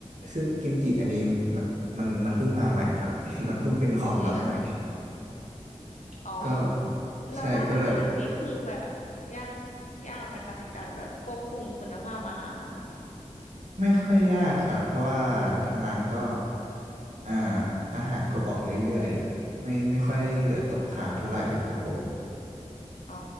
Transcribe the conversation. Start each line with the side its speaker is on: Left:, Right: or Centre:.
Right: ซึ่งกิมจิอันนี้มันมันมันเพิ่งมาใหม่ครับ <laughs> มันเพิ่งเป็นของล็อตใหม่
Left: อืม
Right: <laughs>
Left: อ๋อ
Right: ก็
Left: แล้วร้านอาหารนี่คือแบบยาก
Right: ใช่ก็เลย
Left: ยากไหมคะในการแบบควบคุมคุณภาพอาหารนะ
Right: ไม่ค่อยยากครับ เพราะว่าทางร้านก็อ่าอาหารก็ออกเรื่อยๆไม่ไม่ค่อยได้เหลือตกค้างเท่าไหร่ครับผม
Left: อ๋อ